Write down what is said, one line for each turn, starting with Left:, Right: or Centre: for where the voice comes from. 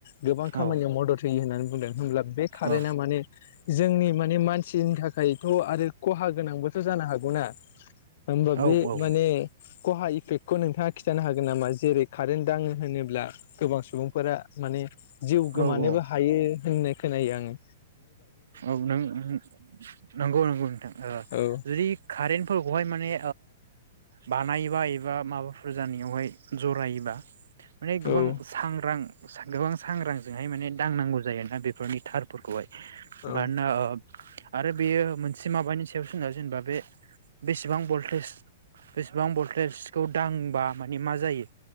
Left: गोबां
Right: नोंथां
Left: खामानियाव
Right: औ
Left: मदद थयो होननानै बुंदों हब्ला बे कारेन्टा
Right: औ
Left: माने जोंनि माने मानसिनि थाखाय थाखायथ' आरो खहा गोनांबोथ' जानो हागौना होमबा बे
Right: औ औ
Left: माने खहा इफेक्टखौ नोंथाङा खिन्थानो हागोन नामा जेरै कारेन्ट दाङो होनोब्ला गोबां सुबुंफोरा माने जिउ गोमानोबो
Right: औ औ
Left: हायो होननाय खोनायो आंङो
Right: औ नंगौ नंगौ नोंथां
Left: औ
Right: जुदि कारेन्ट बेहाय माने बानायोबा एबा माबाफोर जानायावहाय जरायोबा माने गोबां
Left: औ
Right: सांग्रां गोबां सांग्रांजोंहाय माने दांनांगौ जायो दा बेफोरनि थारफोरखौहाय
Left: औ
Right: मानोना आरो बेयो मोनसे माबानि सायावसो जेनेबा बे बेसेबां भल्टेज बेसेबां भल्टेजखौ दांबा माने मा जायो